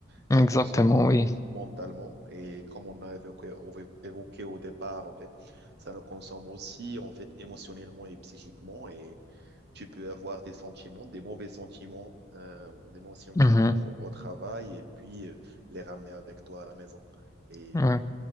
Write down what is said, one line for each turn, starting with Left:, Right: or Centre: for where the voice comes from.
Right: ça
Left: Exactement,
Right: consomme
Left: oui.
Right: euh, mentalement, et comme on a évoqué, évoqué au départ, en fait, ça nous consomme aussi, en fait, émotionnellement et psychiquement, et tu peux avoir des sentiments, des mauvais sentiments, euh, des mauvais sentiments
Left: Mhm,
Right: au, au travail et puis euh, les ramener avec toi à la maison. Et
Left: ouais.
Right: euh,